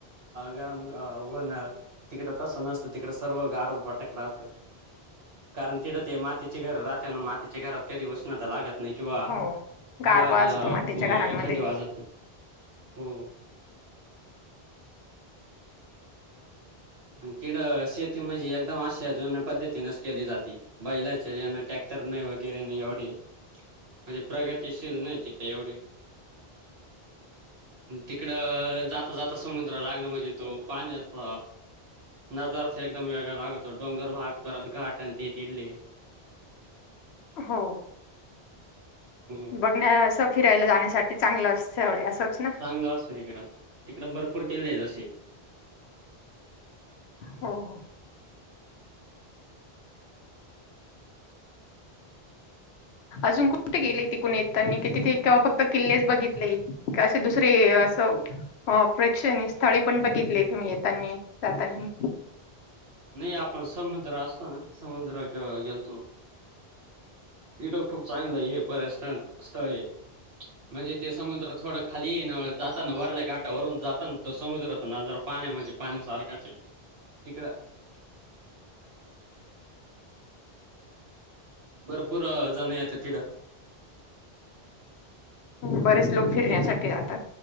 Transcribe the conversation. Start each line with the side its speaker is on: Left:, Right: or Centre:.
Right: गरम होन तिकडं तसं नसतं तिकडे सर्व गार वाटक राहत. कारण तिड ते मातीचे घर राहतना मातीच्या घरात कधी उषणता लागत नाही किंवा
Left: हो. गारवा
Right: हिवाळ्यात
Left: असतो मातीच्या घरांमध्ये
Right: थंडी वाजत नाही, हो. तिड शेती म्हणजे एकदम अशा जुन्या पद्धतीनेच केली जाती. बैलाचे यांना टॅक्टर नाही वगैरे नाही एवढे. म्हणजे प्रगतीशील नाही तिकडे एवढी. तिकडं जाता जाता समुद्र लागण म्हणजे तो पाण्याचा. नजारच एकदम वेगळा लागतो डोंगर भाग परत घाट त तिडली.
Left: हो,
Right: हम्म,
Left: बघण्यां फिरायला जाण्यासाठी चांगलं अस असंच ना.
Right: फिरलो असत तिकड तिकडे भरपूर किल्ले जसे.
Left: हो हो, अजून कुठे गेले तिकून येतनी तिथे केव फक्त किल्लेच बघितले. का असे दुसरे असं
Right: हो
Left: हो, प्रेक्ष नाही स्थळे पण बघितली तुम्ही येतानी जातानी.
Right: नाही आपण समुद्र असतो ना समुद्रचा गेलतो. तट खूप चांगलं आहे पर्यन स्थळ आहे म्हणजे ते समुद्र थोडा. खाली नळ जाताना वरल्या गाटा वरून जाताना त समुद्राचा ना जरा पाण्या म्हणजे पाण्यासारख्याचे हाय. तिकड. पूर जाण येत तिडं.
Left: बरेच लोक फिरण्यासाठी जातात.